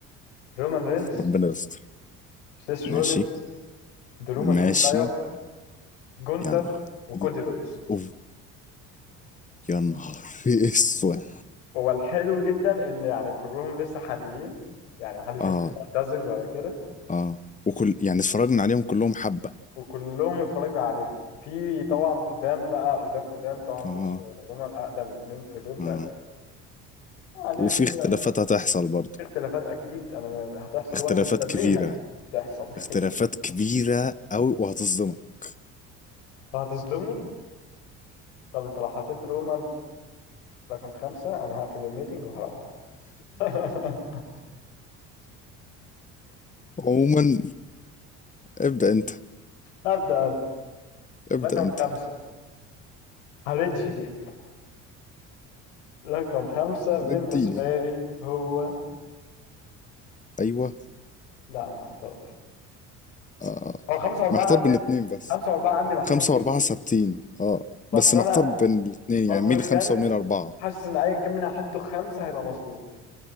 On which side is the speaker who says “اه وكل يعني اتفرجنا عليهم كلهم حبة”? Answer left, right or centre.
Left